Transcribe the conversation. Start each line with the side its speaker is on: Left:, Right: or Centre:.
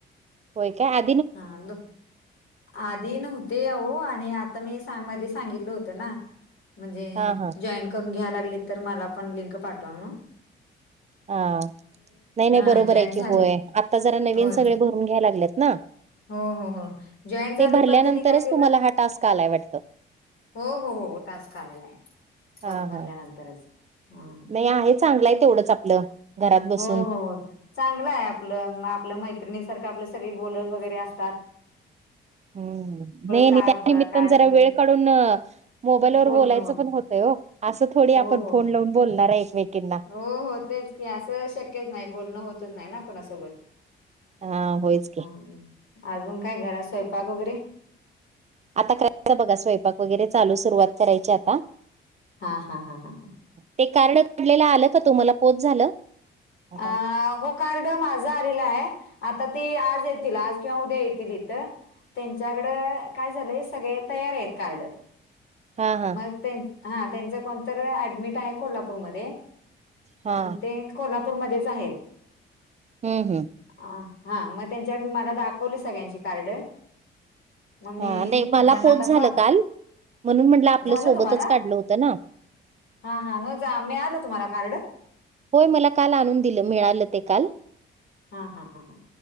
Right: होय काय? आ
Left: हा दो आधी नव्हते आहो आणि आता मी सामध्ये सांगितलं होत ना म्हणजे
Right: हा हा
Left: जॉईन करून घ्यालागली तर मला पण लिंक पाठव म्हणू
Right: हा नाही
Left: हा
Right: नाही बरोबर
Left: जॉईन
Right: आहे
Left: झाले
Right: की होय आता जरा नवीन
Left: होय
Right: सगळे भरून घ्या लागल्यात ना.
Left: हो हो हो जॉईन झाले
Right: ते भरल्यानंतरच
Left: पण त्यांनी काय केलं
Right: तुम्हाला हा टास्क आलाय वाटतं
Left: हो हो हो टास्क आलेला आहे. फॉर्म
Right: हा
Left: भरल्यानंतरच
Right: हा
Left: हा.
Right: नाही आहे चांगलं आहे तेवढंच आपलं घरात बसून
Left: हो हो चांगल आहे आपलं आपलं मैत्रिणीसारखं आपलं सगळी बोलत वगैरे आसतात.
Right: हम्म नाही
Left: का
Right: त्यानिमित्तान
Left: ब- काढत
Right: जरा
Left: वगैरे
Right: वेळ काढून मोबाईलवर
Left: बोलणं
Right: बोलायचं
Left: होत
Right: पण होतंय ओ आसं थोडी
Left: हो
Right: आपण
Left: हो
Right: फोन
Left: हो
Right: लावून बोलणार आहे एकमेकींना.
Left: हो हो तेच की असं शक्यच नाही बोलणं होतच नाही ना कुणासोबत.
Right: हा होयच की
Left: हाव ना आजून काय घरात स्वयंपाक वगैरे?
Right: आता करायचा बघा स्वयंपाक वगैरे चालू सुरुवात करायची आता.
Left: हा, हा, हा, हा, हा.
Right: ते कार्ड काढलेल आलं का तुम्हाला पोहच झालं? हा
Left: अ हो कार्ड माझं आलेला आहे आता ते आज ये तील आज किंवा उद्या येतील इथं. त्यांच्याकडं काय झालंय सगळे तयार आहेत कार्ड
Right: हा हा
Left: म तें हा तेच कोणतर ऍडमिट आहे कोल्हापूरमध्ये
Right: हा
Left: म ते कोल्हापूरमध्येच आहे.
Right: हम् हम्.
Left: आ हा म त्यांच्या <unintelligible> मला दाखवली सगळ्यांची कार्ड मग मी
Right: हा नाही मला
Left: त्यांना
Right: पोहच
Left: आता
Right: झालं
Left: कॉल
Right: काल, म्हणून म्हटलं आपलं
Left: झालं
Right: सोबतच
Left: तुम्हाला
Right: काढलं होतं ना?
Left: हा हा न जा मिळालं तुम्हाला कार्ड?
Right: होय मला काल आणून दिलं मिळालं ते काल.
Left: हा हा हा हा